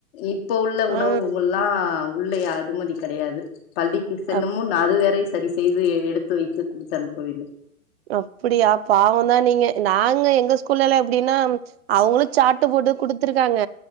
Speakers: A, on the left; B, on the right.
A: இப்போ உள்ள உணவுங்கள்லா
B: ஆ
A: உள்ளை அனுமதி கெடயாது பள்ளிக்கு செல்லும்
B: ஆ
A: முன் நா அது வேறை சரி செய்து எடுத்து வைத்து குடுத்து அனுப்ப வேண்டும்
B: அப்டியா பாவந்தா நீங்க நாங்க எங்க ஸ்கூல்லல்லா எப்டின்னா அவங்களு சாட்டு போட்டு குடுத்துருக்காங்க